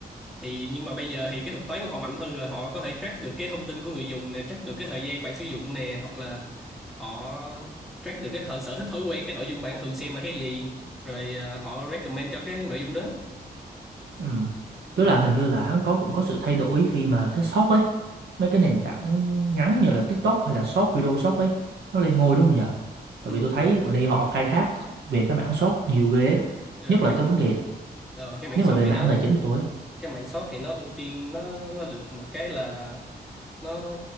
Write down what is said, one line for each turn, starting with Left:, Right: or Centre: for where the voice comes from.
Centre: thì nhưng mà bây giờ thì cái thuật toán của họ mạnh hơn rồi họ có thể track được cái thông tin của người dùng nè track được cái thời gian bạn sử dụng nè hoặc là họ track được cái hở- sở thích thói quen cái nội dung bạn thường xem là cái gì rồi ờ, họ recommend cho cái nội dung đó
Right: Ừ. Tức
Centre: ừ
Right: là hình như là hắn có cũng có sự thay đổi khi mà cái short ấy, mấy cái
Centre: ừ
Right: nền tảng ngắn như là TikTok hay là short video short ấy, hắn lên ngôi đúng không nhờ? Tại
Centre: ừ
Right: vì tôi thấy
Centre: nó
Right: bữa nay họ khai thác về cái mảng short nhiều ghê ấy,
Centre: ờ,
Right: nhất là
Centre: cái
Right: cái
Centre: mảng-
Right: vấn đề,
Centre: ờ, cái mảng
Right: nhất
Centre: short
Right: là về
Centre: thì
Right: mảng
Centre: nó
Right: tài chính của tôi ấy.
Centre: cái mảng short thì nó ưu tiên nó nó được một cái là nó